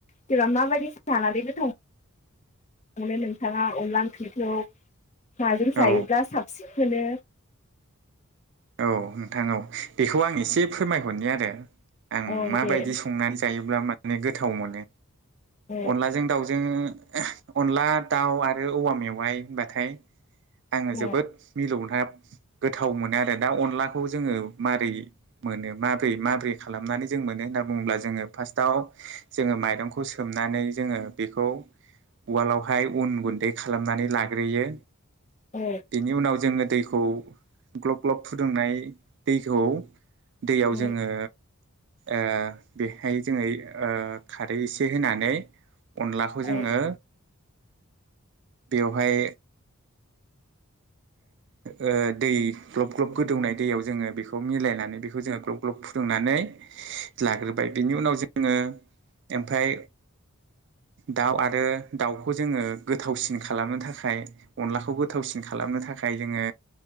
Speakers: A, on the left; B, on the right.
A: जेनबा माबायदि जानानै गोथाव‌ मोनो नोंथाङा अनलाां ओंख्रिखौ माजों जायोब्ला
B: औ
A: साबसिन मोनो।
B: औ नोंथां औ बेखौ आं एसे फोरमायहरनि आरो। आं
A: औ
B: माबायदि
A: दे
B: संनानै जायोब्ला म ने गोथाव मोनो।
A: औ
B: अनलाजों दाउ जों अनला दाउ आरो औवा मेवाइ होनबाथाय आङो
A: औ
B: जोबोद मिलौनहाब गोथाव मोनो आरो दा अनलाखौ जोङो माबोरै मोनो माब्रै-माब्रै खालामनानै जों मोनो होनना बुङोब्ला जोङो फार्स्टआव जोङो माइरंखौ सोमनानै जोङो बेखौ उवालावहाय उन गुन्दै खालामनानै लाग्रोयो।
A: औ
B: बेनि उनाव जोङो दैखौ ग्लब ग्लब फुदुंनाय दैखौ दैयाव
A: औ
B: जोङो ओ बेहाय जोङो ओ खारै एसे होनानै अनलाखौ
A: औ
B: जोङो बेवहाय ओ दै ग्लब ग्लब गोदौनाय दैयाव जोङो बेखौ मिलायनानै बे बेखौ जोङो ग्लब ग्लब फुदुंनानै लाग्रोबाय बिनि उनाव जोङो ओमफाय दाउ आरो दाउखौ जोङो गोथावसिन खालामनो थाखाय अनलाखौ गोथावसिन खालाम खालामनो थाखाय जोङो